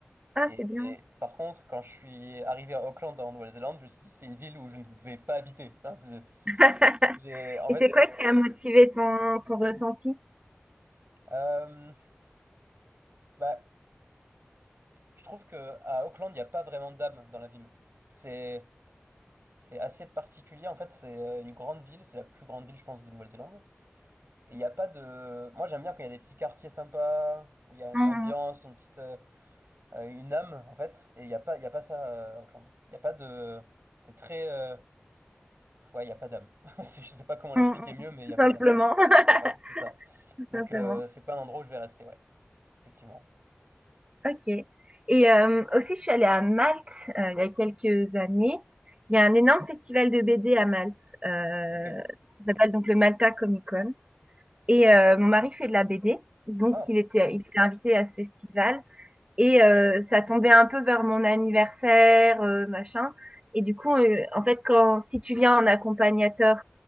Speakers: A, on the right; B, on the right.
A: Ah,
B: Et,
A: c'est bien.
B: et par contre, quand je suis arrivé à Auckland, en Nouvelle-Zélande, je me suis dit, c'est une ville où je ne vais pas habiter. Enfin, c'est-
A: <laughs>
B: j'ai, en
A: Et
B: fait,
A: c'est
B: c'est-
A: quoi qui a motivé ton, ton ressenti?
B: euh, bah, je trouve que à Auckland, il n'y a pas vraiment d'âme dans la ville. C'est, c'est assez particulier. En fait, c'est euh, une grande ville, c'est la plus grande ville, je pense, de Nouvelle-Zélande. Et il n'y a pas de... Moi j'aime bien quand il y a des petits quartiers sympas, où il y a une
A: Hum,
B: ambiance, une petite... euh, euh, une âme en fait. Et il n'y a pas, il y a pas ça euh, à Auckland. Il n'y a pas de... C'est très... euh, Ouais, il n'y a pas d'âme. <laughs> Je sais pas comment l'expliquer
A: hum, hum, hum.
B: mieux,
A: hum.
B: mais il n'y
A: Tout
B: a
A: simplement.
B: pas d'âme.
A: <laughs>
B: Ouais, c'est ça.
A: Tout
B: Donc
A: simplement.
B: euh, c'est pas un endroit où je vais rester, ouais. Effectivement.
A: Ok. Et euh, aussi, je suis allée à Malte euh, il y a quelques années. Il y a un énorme festival de BD à Malte. Euh,
B: Ok.
A: ça s'appelle donc le Malta Comic Con. Et euh, mon mari fait de la BD. Donc,
B: Oh,
A: il était, il était invité à ce festival. Et euh, ça tombait un peu vers mon anniversaire, euh, machin. Et du coup, euh, en fait, quand si tu viens en accompagnateur